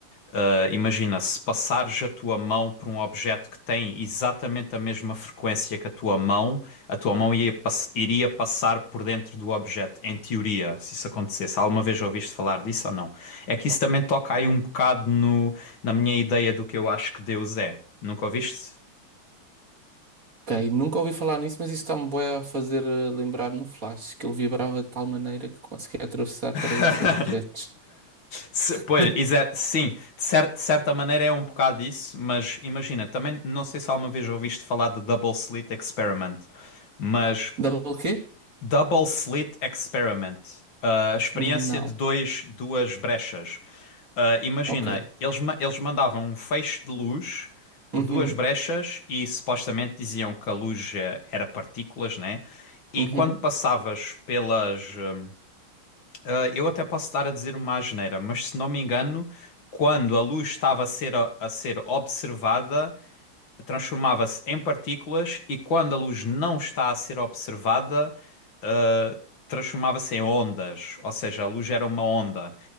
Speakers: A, on the left; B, on the right.
A: ah, imagina, se passares a tua mão por um objeto objeto que tem exatamente a mesma frequência que a tua mão, a tua mão ia pass- iria passar por dentro do objeto, em teoria, se isso acontecesse. Alguma vez já ouviste falar disso ou não? É que isso também toca aí
B: Hum,
A: um bocado no, na minha ideia do que eu acho que Deus é. Nunca ouviste?
B: Ok, nunca ouvi falar nisso, mas isso está-me bué a fazer eh, lembrar no Flash, que ele vibrava de tal maneira que conseguia atravessar
A: <laughs>
B: paredes e objetos.
A: Se-
B: <laughs>
A: Pois, exa- sim, de cer- de certa maneira é um bocado isso, mas imagina, também não sei se alguma vez ouviste falar de Double Slit Experiment, mas
B: Double quê?
A: Double Slit Experiment. A experiência
B: Não.
A: de dois, duas brechas. Ah, imagina,
B: Ok.
A: eles, ma- eles mandavam um feixe de luz por
B: Uhum,
A: duas brechas e supostamente diziam que a luz eh, era partículas, né? E
B: uhum,
A: quando passavas pelas. hum, ah, eu até posso estar a dizer uma asneira, mas se não me engano, quando a luz estava a ser, a ser observada, transformava-se em partículas e quando a luz não está a ser observada ah, transformava-se em ondas, ou seja, a luz era uma onda.